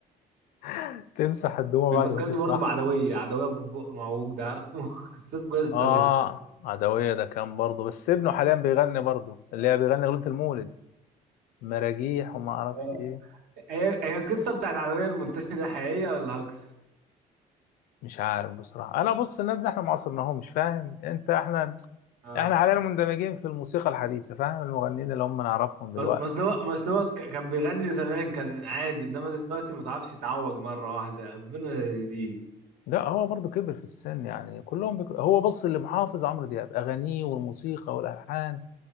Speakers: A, on the left; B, on the right.
A: <laughs> تمسح الدموع
B: بيفكرني
A: بعد ما تسمعها
B: برضه بعدوية عدوية أبو بق معوج ده عارفه <laughs> قصته قصة
A: اه
B: دي
A: عدويه ده كان برضه بس ابنه حاليا بيغني برضه اللي هي بيغني اغنيه المولد مراجيح وما اعرفش
B: اه
A: ايه
B: هي هي القصة بتاعت عدوية المنتشرة دي حقيقية ولا هكس؟
A: مش عارف بصراحة أنا بص الناس دي إحنا ما عصرناهمش فاهم أنت إحنا
B: اه
A: إحنا حاليا مندمجين في الموسيقى الحديثة فاهم المغنيين اللي هم نعرفهم دلوقتي
B: مصنوع مصنوع ك- كان بيغني زمان كان عادي إنما دلوقتي ما تعرفش يتعوج مرة واحدة ربنا دي
A: ده هو برضه كبر في السن يعني كلهم بك... هو بص اللي محافظ عمرو دياب أغانيه والموسيقى والألحان